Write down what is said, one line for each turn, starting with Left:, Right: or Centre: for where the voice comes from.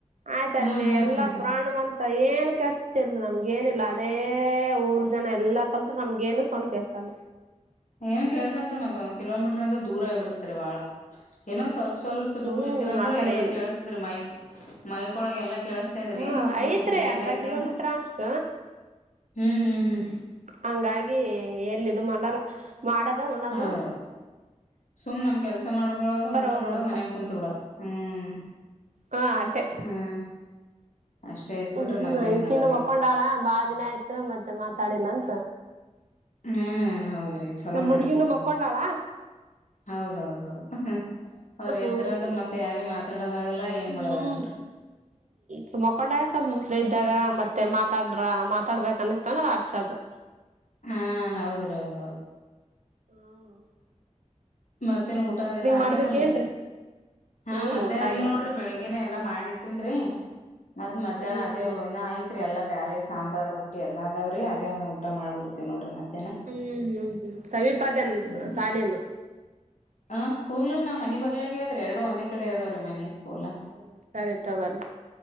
Right: ಆಯ್ತಲ್ಲಿ
Left: ಹಾ ಹಾ
Right: ಎಲ್ಲಾ
Left: ಹಾ ಹಾ
Right: ಪುಾಣ ಮ ಏನು ಕೆಸತಿಲ್ ನಮ್ಗ ಏನಿಲ್ಲ ಅದೇ ಊರ್ ಜನ ಎಲ್ಲಾ ಕಲ್ ನಮ್ಗೇಏನು ಸೌಂಡ್ ಕೆಸ ಹ
Left: ಏನ ಕೆಲ್ಸ ಅಲ್ರಿ ಮತ್ತತ್ಂದ ಕಿಲೋಮೀಟರ್ ಅಂದ ದೂರ ಬಿಡತರಿ ಬಾಳ ಏನೋ ಸ್ವಲ್ಪ ಸ್ವಲ್ಪ
Right: ಹ್ಮ್
Left: ದೂರ ಇದ್ರ ಅಂದ್ರೆ
Right: ಆ ಕಡೆ
Left: ಎಲ್ಲ ಕೇಳಸ್ತಿದ್ರರಿ ಮೈ ಮೈಕ ಒಳಗೆ ಎಲ್ಲ ಕೆೇಳಸ್ತಾದ್ರಿ
Right: ಹಾ
Left: ಮತ್ತೊಂದ್
Right: ಐತ್ರಿ
Left: ಸ್ವಲ್ಪ ಲೇಟ್
Right: ಅರ್ಧ
Left: ಆಯ್ತ
Right: ಕಿಲೋಮೀಟರ್
Left: ಅಂದ್ರ
Right: ಅಷ್ಟ
Left: ಹ್ಮ್ ಹ್ಮ್ ಹ್ಮ್
Right: ಹಂಗಾಗಿ ಎಲ್ಲಿದ ಮಾಡಲ್ಲ ಮಾಡದ ಉಣದು
Left: ಹೌದು ಸುಮ್ ನಮ್ ಕೆಲ್ಸ ಮಾಡ್ಕೊಳೋದು ಉಊಟ
Right: ಹೋಗ್
Left: ಮಾಡೋದು
Right: ಬರ್ತಾರ
Left: ಮನ್ಯಾಗ ಕುೂಂತತ್ ಬಿಡ್ ಹ್ಮ್
Right: ಹಾ ಅತ್ತೆ
Left: ಹ್ಮ್ ಅಷ್ಟೇ ಐತ್
Right: ಹ್ಮ
Left: ಬಿಡ್ರಿ ಮತ್ತೇನ್
Right: ಈಕಿನ್ನು
Left: ಮಾಡದಿ
Right: ಒಕೊಂಡಾಳ ಬಾಳ ದಿನ ಆಯ್ತು ಮತ್ತೆ ಮಾತಾಡಿಲ್ಲ ಅಂತ
Left: ಹ್ಮ್ ಹೌದ್ರಿ ಚಲೋ
Right: ನಮ್
Left: ಮಾಡಿರ್ತವ್ರಿ
Right: ಹುಡ್ಗಿನು ಮಕ್ಕೊಂಡಾಳ
Left: ಹೌದೌದೌದು ಅವ್ರ
Right: ಹ್ಮ್
Left: ಎದ್ರ ಅಂದ್ರ ಮತ್ ಯಾರಿ ಮಾತಾಡೋದಾಗಲ್ಲ ಏನ್
Right: ಹ್ಮ್
Left: ಮಾಡೋದಗಲ್ರರಿ
Right: ಹ್ಮ್ ಮಕೊಂಡಾಗ ಸ್ವಲ್ ಮೊಸಳ ಇದ್ದಾಗ ಮತ್ತೆ ಮಾತಾಡ್ರ ತಡ್ಬೇಕಕ್ ಅನ್ನಿಸ್ತಂದ್ರೆ ಆಚದು
Left: ಹಾ ಹೌದ್ರೌದದು
Right: ಹಾ
Left: ಮತ್ತೇನ್ ಊಟ ಅದೆ ಎಲ್ಲಾ ಆಗ್ಯದಲ್ರರಿ
Right: ಮಾಡ್ಬೇಕೇನ್ರೀ
Left: ಹಾ
Right: ಹ್ಮ್
Left: ಮಧ್ಯಾಹ್ನ
Right: ಊಟ ಆಗ್ಯಾದ್ರಿ
Left: ಇಲ್ ನೋಡ್ರಿ ಬೆಳಗ್ಗಿನ ಎಲ್ಲಾ ಮಾಡಿ ಇಟ್ಟನ್ರಿ ಮತ್ ಮಧ್ಯಾಹ್ನ
Right: ಹ್ಮ್
Left: ಅದೇ
Right: ಹ್ಮ್
Left: ಇಏ ಆಯತ್ರಿ ಎಲ್ಲಾ ಬೇಳೆ ಸಾಂಬಾರ್ ರೊಟ್ಟಿ ಎಲ್ಲ ಅದಾವ್ರಿ ಅದೇ ಊಟ ಮಾಡ್ಬಿಡ್ತೇವಿ ನೋಡ್ರಿ ಮತ್ತೆ
Right: ಹ್ಮ್ ಹ್ಮ್ ಹ್ಮ್ ಸಮೀಪದನ್
Left: ಹ್ಮ್
Right: ಸಾಲನು
Left: ಹ ಸ್ಕೂಲ್ ನಾ್ ಮನಿ ಬಗ್ಲಾಗ ಆದ್ರೆ ಎರಡು ಒಂದೇ ಕಡೆ ಅದಾವ್ರೀ ಮನಿ ಹಲ
Right: ಹ್ಮ್ ಸರಿ ತಗೋರಿ